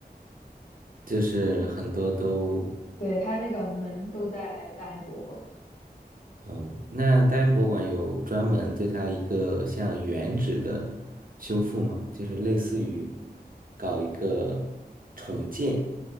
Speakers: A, on the right; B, on the left.
A: <laughs> 就是很多都。
B: 对，它那个门都在大英博物馆，
A: 哦，那大英博物馆有专门对它一个像原址的修复吗？就是类似于搞一个重建，